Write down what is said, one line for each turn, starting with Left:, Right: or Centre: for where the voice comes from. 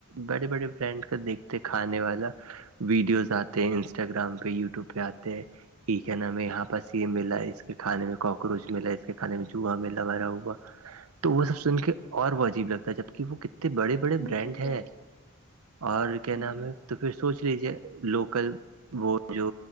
Right: بڑے بڑے برانڈ کا دیکھتے کھانے والا ویڈیوز آتے ہیں انسٹاگررام پہ یوٹیوب پہ آتے ہیں یہ کیا نام ہے یہاں پرس یہ ملا ہے اس کے کھانے میں کاکروچ ملا ہے اس کے کھانے میں جا میلہ ویرا ہوا تو وہ سب سن کے اور وہ عجیب لگتا ہے جب کہ وہ کتنے ا بڑی
Left: تو
Right: بڑی برانڈ
Left: مجھے
Right: ہے
Left: کیا
Right: اور کیا
Left: ہوں
Right: نام ہے تو پھر سوچ لیجیے لوکل وہ جو